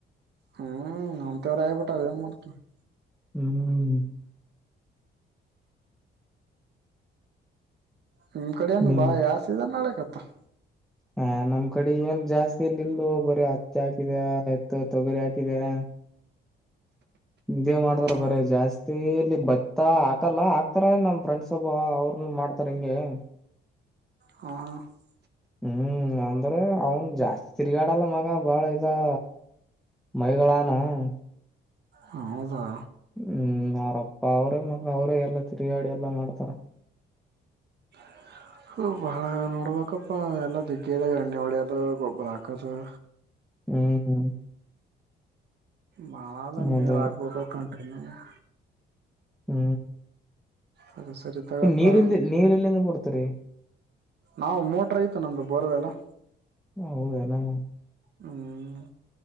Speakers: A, on the right; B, in the centre.
A: ಹೂ ನಮ್ಮತರ ಆಯ್ಬಿಟ್ಟಾದ ಏನ್ ಮಾಡ್ತವಿ. <inaudible>
B: ಹೂ <inaudible>
A: ನಿಮ್ಮ ಕಡೇನು
B: ನಿಮ್
A: ಬಾಳ ಯಾವ ಸೀಸನ್ ನಡಕತ್ತ. <inaudible>
B: ಹ ನಮ್ಮ ಕಡಿ ಏನ್ ಜಾಸ್ತಿ ಇಲ್ಲ ಇಲ್ಲೂ ಬರೀ ಹತ್ತ ಹಾಕಿದ ಇತ್ತಗ ತೊಗರಿ ಹಾಕಿದ್ಯಾ <inaudible> ಇದೇ ಮಾಡದರ
A: ಹ
B: ಬರೇ ಜಾಸ್ತಿ <inaudible> ತೇಲಿ ಬತ್ತಾ ಹಾಕಲ್ಲ ಹಾಕ್ತಾರ ನಮ್ಮ ಫ್ರೆಂಡ್ಸ್ ಒಬ್ಬ ಅವರನ್ನ ಮಾಡ್ತಾರ ಹಿಂಗೆ? <inaudible>
A: ಹ ಹ <inaudible>
B: ಹೂ ಅಂದ್ರೆ ಅವನು ಜಾಸ್ತಿ ತಿರ್ಗಾಡಲ್ಲ ಮಗ ಬಾಳ ಇದ <inaudible> ಮೈಗಳಾನ <inaudible>
A: ಹೌದ? <inaudible>
B: ಹೂ ಅವರ ಅಪ್ಪಾ ಅವರೇ ಮಕ್ಕಳ ಅವರೇ ಎಲ್ಲಾ ತಿರುಗಾಡಿ ಎಲ್ಲಾ ಮಾಡ್ತಾರ. <inaudible>
A: <inaudible> ಹೂ ಬಾಳ ನೋಡಬೇಕಪ್ಪ ಎಲ್ಲಾ ದಿಗ್ಗದ ಎಣ್ಣೆ ಹೊಡೇಯದ ಗೊಬ್ಬರ ಹಾಕದ <inaudible>
B: ಹೂ <inaudible>
A: ಬಾಳ ದಿನದ
B: ಹೌದೌದು
A: ಮೇಲ್ ಆಗಬೋದು ಕಂಟಿನ್ಯೂ <inaudible>
B: ಹೂ
A: ಸರಿ ಸರಿ ತಗಪ್ಪಾ
B: ನೀರಿಂದ ನೀರ್ ಎಲ್ಲಿಂದ ಕೊಡ್ತರಿ? <inaudible>
A: ನಾವು ಮೋಟರ್ ಐತೆ ನಮ್ಮದು ಬೋರ್ವೆಲ್ಲ. <inaudible>
B: ಹೂ ಹೌದ ಏನ್? <inaudible>
A: ಹೂ <inaudible>